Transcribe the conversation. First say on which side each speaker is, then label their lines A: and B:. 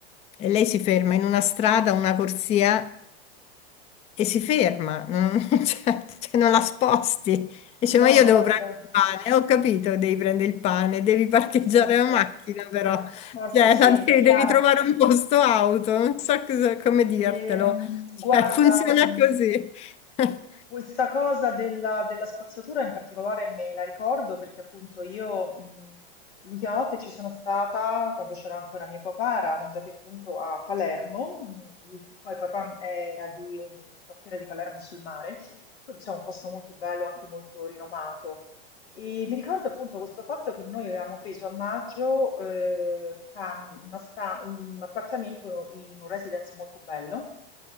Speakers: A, on the left (about 20°); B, on the left (about 80°).
A: e lei si ferma in una strada, una corsia e si ferma, non, <laughs> cioè, cioè,
B: sì,
A: non la sposti.
B: sì.
A: Dice, ma
B: No,
A: io devo
B: guarda,
A: prendere il pane. Ho capito, devi prendere il pane, devi parcheggiare
B: certo,
A: la macchina però,
B: per per forza
A: cioè,
B: sì,
A: la devi,
B: è chiaro.
A: devi trovare un posto auto, non so cosa- come dirtelo.
B: Ehm,
A: Cioè,
B: guarda,
A: funziona
B: mh,
A: così. <laughs>
B: eh, questa cosa della, della spazzatura in particolare me la ricordo perché appunto io mh, l'ultima volta che ci sono stata, quando c'era ancora mio papà, eravamo andati appunto a Palermo, mh, lui- poi papà era di un quartiere di Palermo sul mare, quindi insomma un posto molto bello, anche molto rinomato. E mi ricordo appunto questo fatto che noi avevamo preso a maggio eh, cam- una sta- un appartamento in un residence molto bello.